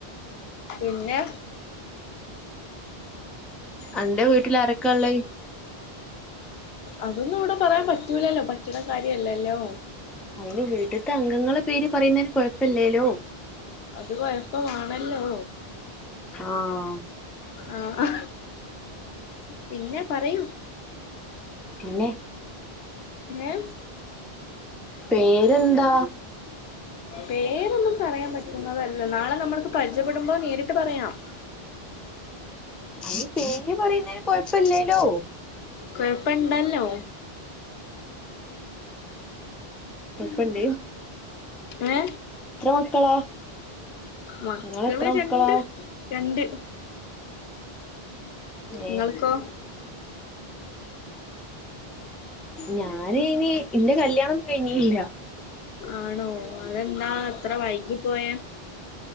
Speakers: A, on the left; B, in the centre.
A: പിന്നെ
B: അന്റെ വീട്ടിലാരൊക്കെള്ളെ?
A: അതൊന്നുവടെ പറയാൻ പറ്റൂലല്ലോ പറ്റ്ണ കാര്യല്ലല്ലോ.
B: അയ്ന് വീട്ട്ത്തെ അംഗങ്ങളെ പേര് പറയുന്നയ്ന് കൊഴപ്പല്ലേല്ലോ.
A: അത് കൊഴപ്പമാണല്ലോ.
B: ആഹ്
A: ആഹ് പിന്നെ പറയൂ.
B: പിന്നെ
A: ഏ
B: പേരെന്താ?
A: പേരൊന്നും പറയാൻ പറ്റുന്നതല്ല നാളെ നമ്മൾക്ക് പരിചയപ്പെടുമ്പോ നേരിട്ട് പറയാം
B: ആയ് പേര് പറയ്ന്നേന് കൊയപ്പല്ലേലോ
A: കൊഴപ്പണ്ടല്ലോ
B: കൊയപ്പണ്ട്
A: ഏ
B: മക്കളാ
A: മക്കള്
B: നിങ്ങളെത്ര മക്കളാ
A: രണ്ട് ണ്ട് ഇങ്ങൾക്കോ?
B: ഏഹ് ഞാനയ്‌ന് ഇന്റെ കല്ല്യാണൊന്നും കഴിഞ്ഞീല്ല
A: ആണോ അതെന്താ ഇത്ര വൈകി പോയേ?